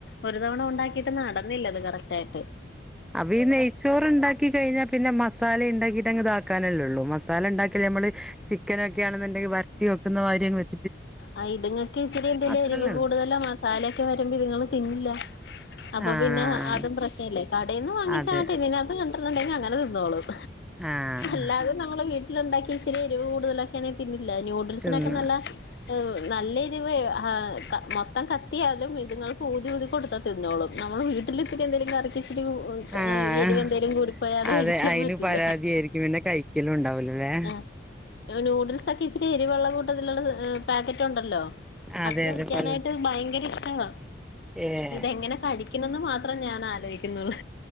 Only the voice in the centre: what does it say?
അപ്പീനെയ്ച്ചോറിണ്ടാക്കി കഴിഞ്ഞാ- പിന്നെ മസാല ഇണ്ടാക്കീട്ട് അങ്ങ് താക്കാനല്ലുള്ളൂ മസാല ഇണ്ടാക്കലമ്മള് ചിക്കനൊക്കെയാണെന്നുണ്ടെങ്കി വരട്ടി വെക്കുന്നവാരിങ്ങ് വച്ചാ
അത്രല്ലേ
ഉള്ളൂ
ആഹ്
അതെ
ആഹ്
തിന്ന്
ആഹ്
അതെ
അയിന്
പരാതിയായിരിക്കും പിന്നെ കഴിക്കലും ഉണ്ടാവൂലല്ലേ
അതെ
അതെ പല
ഏഹ്